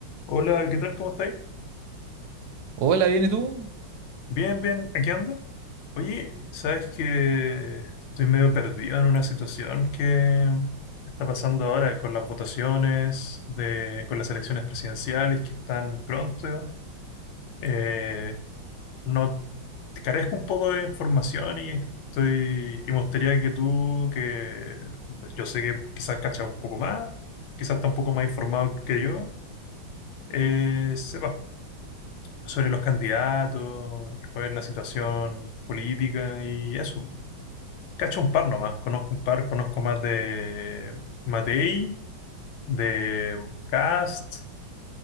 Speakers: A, on the left; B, on the right.
A: Hola, ¿qué tal? ¿Cómo estáis?
B: Hola, ¿viene tú?
A: Bien, bien, aquí ando. Oye, sabes que estoy medio perdido en una situación que está pasando ahora con las votaciones, de, con las elecciones presidenciales que están pronto. Eh, no carezco un poco de información y estoy y me gustaría que tú, que yo sé que quizás cachas un poco más, quizás está un poco más informado que yo, eh, sepas sobre los candidatos, cuál es la situación política y eso. Cacho un par nomás, conozco un par, conozco más de Matei, de Cast,